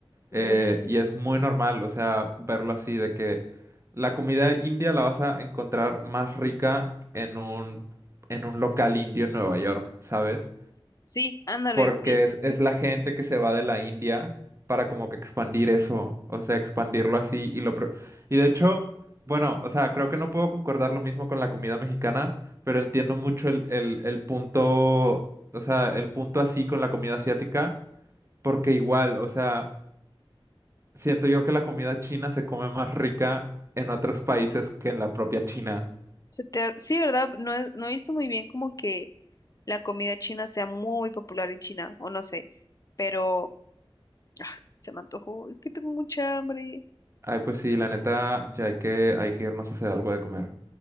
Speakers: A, on the left; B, on the right.
A: Mm,
B: Eh, y es muy normal, o sea, verlo así, de que la comida india la vas a encontrar más rica en un, en un local indio en Nueva York, ¿sabes?
A: sí, ándale,
B: porque
A: sí, sí,
B: es,
A: sí.
B: es la gente que se va de la India para como que expandir eso, o sea, expandirlo así y lo... pro- Y de hecho, bueno, o sea, creo que no puedo concordar lo mismo con la comida mexicana, pero entiendo mucho el, el, el punto, o sea, el punto así con la comida asiática, porque igual, o sea, siento yo que la comida china se come más rica en otros países que en la propia China.
A: Se te ha- sí, ¿verdad? No, he- no he visto muy bien como que la comida china sea muy popular en China, o no sé, pero ah, se me antojó, es que tengo mucha hambre.
B: Ay, pues sí, la neta, ya hay que, hay que irnos a hacer algo de comer.